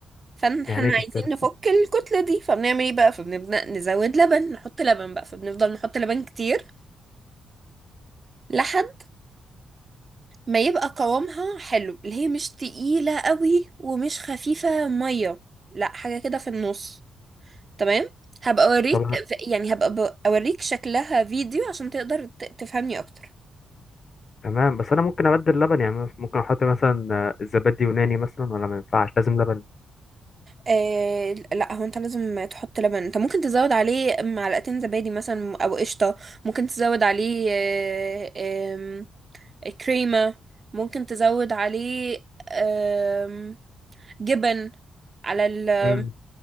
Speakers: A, on the right; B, on the left.
A: فاحنا
B: يعني ايه كتير
A: عايزين نفك الكتلة دي فبنعمل ايه بقى فبنبدأ نزود لبن نحط لبن بقى فبنفضل نحط لبن كتير لحد ما يبقى قوامها حلو اللي هي مش تقيلة قوي ومش خفيفة مية لا حاجة كده في النص تمام هبقى اوريك
B: طب
A: ف- يعني هبقى ب- اوريك شكلها فيديو عشان تقدر ت- تفهمني اكتر
B: تمام بس انا ممكن ابدل لبن يعني ممكن احط مثلا آه، الزبادي يوناني مثلا ولا ما ينفعش لازم لبن
A: آه لا هو انت لازم تحط لبن انت ممكن تزود عليه معلقتين زبادي مثلا او قشطة ممكن تزود عليه آه آم، كريمة ممكن تزود عليه آم، جبن على ال
B: مم.